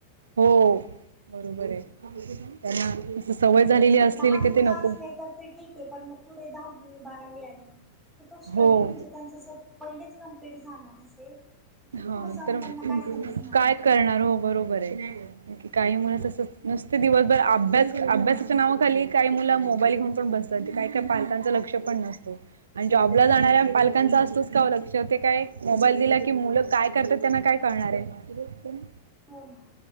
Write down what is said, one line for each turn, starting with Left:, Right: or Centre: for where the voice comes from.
Right: हो बरोबरे. त्यांना सवय
Centre: म्हणजे
Right: झालेली असलेली
Centre: लहान
Right: की,
Centre: मुलं
Right: ते नको
Centre: असले तर ते ठीके. पण मग पुढे दहावी बारावी आली. तर तो स्टडी
Right: हो
Centre: म्हणजे त्यांच जर पहिलेच कंप्लीट झाला नसेल. तर ते
Right: हा
Centre: पुढे जाऊन
Right: तर
Centre: त्यांना काय समजणार
Right: काय
Centre: ना
Right: करणार हो बरोबरे. काही मुलं तसं नुसते दिवसभर अभ्यास, अभ्यासाच्या नावाखाली काही मुलं मोबाईल घेऊन पण बस काही काही पालकांचं लक्ष पण नसत. आणि जॉबला जाणाऱ्या पालकांचा असतच कवा लक्ष. ते काय मोबाईल दिला की मुलं काय करतात. त्यांना काय कळणारे. न <unintelligible>
Centre: हो ना.